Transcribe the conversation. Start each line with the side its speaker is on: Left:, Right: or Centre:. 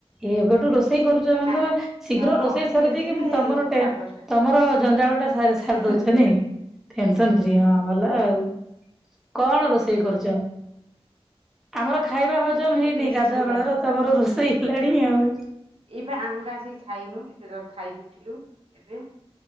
Centre: ଏବେଠୁ ରୋଷେଇ
Right: ଅତି
Centre: କରୁଛ, ମାନେ
Right: ମା
Centre: ତମେ ଶୀଘ୍ର
Right: ହଁ
Centre: ରୋଷେଇ
Right: ଅତି
Centre: ସାରିଦେଇକି
Right: ବେଶୀରେ
Centre: ତମର ଟେ,
Right: ସାଢେ ଦଶଟା
Centre: ତମର ଜଞ୍ଜାଳ ଟା- ସାର୍ ସାରି
Right: ଟେନସନ
Centre: ଦଉଛ
Right: ଫ୍ରି
Centre: ନାଇଁ ଟେନସନ୍ ଫ୍ରି ହଁ, ଭଲ ଆଉ। କଣ ରୋଷେଇ କରୁଚ? ଆମର ଖାଇବା ହଜମ
Right: ଏଇ
Centre: ହେଇନି, ଗାଧୁଆ
Right: ସୋଲା
Centre: ବେଳର ତମର ରୋଷେଇ ହେଲାଣି ଆଉ।
Right: ଏଇପା ଆମେବା ଆସିକି ଖାଇନୁ। ଏବେ ଖାଇନି ଉଠିଲୁ ଏବେ।